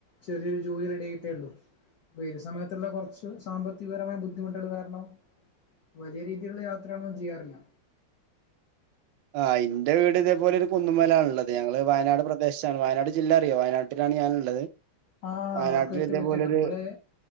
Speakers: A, on the left; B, on the right.
A: ചെറിയൊരു ജോലി റെഡി ആയിട്ടേ ഉള്ളു ഇ ഒരു സമയത്തുള്ള കുറച്ച് സാമ്പത്തി വ്യതിപരമായ ബുദ്ധിമുട്ടുകൾ കാരണം വലിയ രീതിയിലുള്ള യാത്രയാണന്നും ചെയ്യാറില്ല
B: ആ ഇന്റെ വീട് ഇതേപോലെ ഒരു കുന്നുമല ആണള്ളത് ഞങ്ങള് വയനാട് പ്രദേശത്ത് വയനാട് ജില്ല അറിയോ വയനാട്ടിലാണ് ഞാനുള്ളത്
A: ആഹ
B: വയനാട്ടിൽ
A: കേട്ടു
B: ഇതേപോലൊരു
A: പരിചയാണ് നമ്മെ